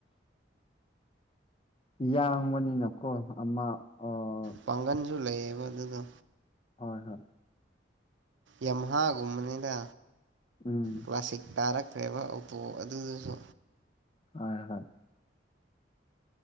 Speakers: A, on the left; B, on the right.
A: ꯌꯥꯡꯕꯅꯤꯅꯀꯣ ꯑꯃ ꯑꯣ
B: ꯄꯥꯡꯒꯟꯁꯨ ꯂꯩꯌꯦꯕ ꯑꯗꯨꯗ
A: ꯍꯣꯏ ꯍꯣꯏ
B: ꯌꯝꯍꯥꯒꯨꯝꯕꯅꯤꯅ
A: ꯎꯝ
B: ꯀ꯭ꯂꯥꯁꯤꯛ ꯇꯥꯔꯛ ꯀꯩ ꯑꯕ ꯑꯣꯇꯣ ꯑꯗꯨꯗꯨꯖꯨ
A: ꯍꯣꯏ ꯍꯣꯏ